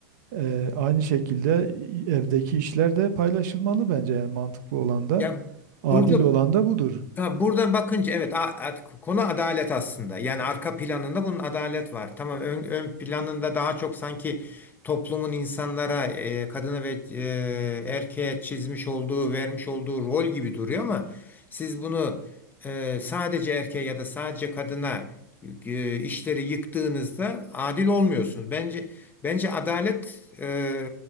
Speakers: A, on the right; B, on the left.
A: e, aynı şekilde evdeki işler de paylaşılmalı bence yani mantıklı olan da
B: Ya
A: adil
B: burada
A: olan da budur.
B: ha, buradan bakınca evet a- a- konu adalet aslında. Yani arka planında bunun adalet var. Tamam ön, ön planında daha çok sanki toplumun insanlara e, kadına ve e, erkeğe çizmiş olduğu vermiş olduğu rol gibi duruyor ama siz bunu e, sadece erkeğe ya da sadece kadına e, işleri yıktığınızda adil olmuyorsunuz. Bence bence adalet e,